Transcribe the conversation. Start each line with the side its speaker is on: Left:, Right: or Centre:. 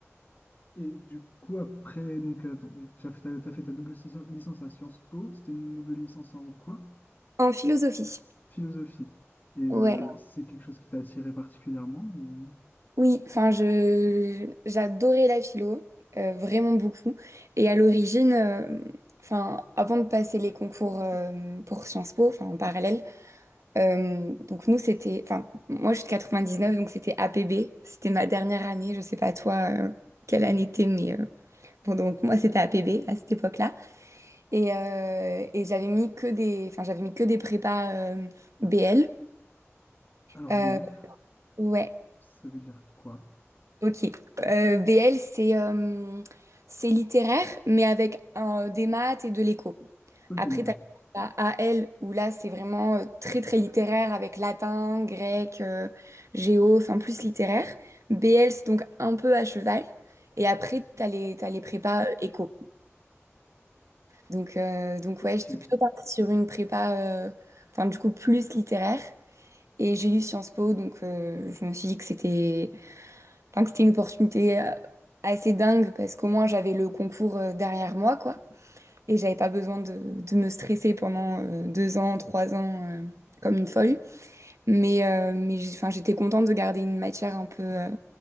Left: Et du coup, après, donc, attends, donc tu as fait, t'as- t'as fait ta double lic- licence à Sciences Po. C'était une double licence en quoi?
Right: En philosophie.
Left: Philosophie. Et euh,
Right: Ouais.
Left: c'est quelque chose qui t'a attiré particulièrement ou...
Right: Oui, enfin, je j'adorais la philo, euh, vraiment beaucoup. Et à l'origine, euh, enfin, avant de passer les concours euh, pour Sciences Po, enfin en parallèle, euh, donc nous c'était, enfin, moi je suis de 99, donc c'était APB, c'était ma dernière année. Je sais pas toi euh, quelle année t'es, mais euh, bon donc moi c'était APB à cette époque-là. Et, euh, et j'avais mis que des, enfin j'avais mis que des prépas euh, BL.
Left: Alors,
Right: Euh,
Left: BL,
Right: ouais.
Left: ça veut dire quoi?
Right: Ok. Euh, BL, c'est euh, c'est littéraire, mais avec un- des maths et de l'éco.
Left: Ok,
Right: Après,
Left: d'accord.
Right: tu as AL, où là, c'est vraiment euh, très, très littéraire, avec latin, grec, euh, géo, enfin plus littéraire. BL, c'est donc un peu à cheval. Et après, tu as les, t'as les prépas euh, éco. Donc, euh, donc
Left: Ok.
Right: ouais, j'étais plutôt partie sur une prépa, euh, enfin du coup, plus littéraire. Et j'ai eu Sciences Po, donc euh, je me suis dit que c'était Enfin, que c'était une opportunité euh, assez dingue parce qu'au moins j'avais le concours euh, derrière moi, quoi. Et j'avais pas besoin de, de me stresser pendant euh, deux ans, trois ans, euh, comme une folle. Mais, euh, mais j'ai- enfin, j'étais contente de garder une matière un peu, euh,